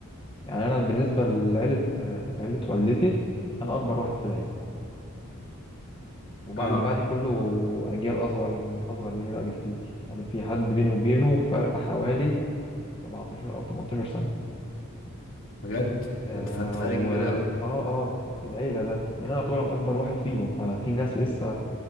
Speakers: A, on the left; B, on the left.
A: يعني انا بالنسبه لعيله آه، عيله والدتي انا اكبر واحد في العيله وبقى
B: اه
A: اللي بعدي كله اجيال اصغر اصغر مني بقى بكتير يعني في حد بيني وبينه فرق حوالي 17 او 18 سنه
B: بجد
A: آه
B: يعني فرق
A: و
B: كبير
A: اه
B: قوي
A: اه في العيلة ده لأن أنا أعتبر أنا أكبر واحد فيهم ففي ناس لسه